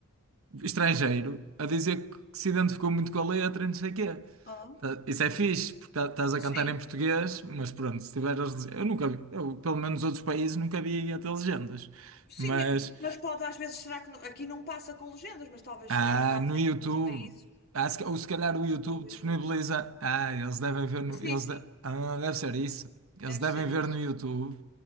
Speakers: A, on the right; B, on the left.
A: estrangeiro, a dizer que se identificou muito com a letra e não sei o quê.
B: Ah,
A: Tá- Isso
B: olha.
A: é fixe, porque tá- estás a
B: Sim.
A: cantar em português, mas pronto, se tiveres as legendas, eu nunca vi, eu, pelo menos outros países nunca vi até legendas,
B: Sim,
A: mas.
B: eh, mas pode às vezes, será que no- aqui não passa com legendas, mas talvez
A: Ah,
B: será que passa
A: no
B: em
A: YouTube.
B: alguns países
A: Ah, se ca- ou se calhar o YouTube
B: ou no
A: disponibiliza.
B: YouTube?
A: Ah, eles devem ver no.
B: Sim,
A: Eles
B: sim,
A: de- ah, deve ser isso. Eles
B: deve
A: devem
B: ser
A: ver
B: isso.
A: no YouTube.